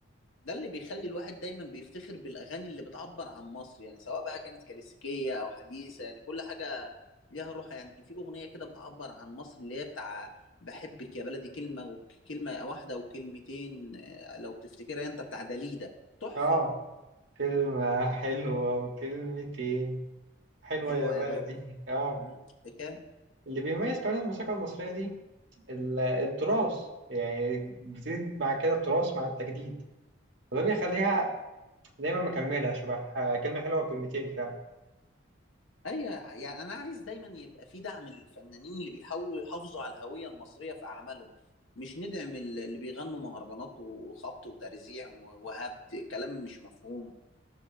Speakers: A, on the left; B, on the right.
A: ده اللي بيخلي الواحد دايما بيفتخر بالاغاني اللي بتعبر عن مصر يعني سواء بقى كانت كلاسيكيه او حديثه يعني كل حاجه ليها روح يعني في اغنيه كده بتعبر عن مصر اللي هي بتاع بحبك يا بلدي كلمه وكلمه واحده وكلمتين آه، لو تفتكرها انت بتاع داليدا تحفه
B: آه كلمة حلوة وكلمتين حلوة
A: حلوه
B: يا بلدي
A: يا بلدي
B: آه
A: مم. فاكرها؟
B: اللي بيميز كمان الموسيقى المصرية دي ال- التراث يعني بتزيد مع كده التراث مع التجديد وده بيخليها دايما مكملة شبه كلمة حلوة وكلمتين فعلا
A: ايوه يعني انا عايز دايما يبقى في دعم للفنانين اللي بيحاولوا يحافظوا على الهويه المصريه في اعمالهم مش ندعم ال- اللي بيغنوا مهرجانات وخبط وترزيع و- وهبد كلام مش مفهوم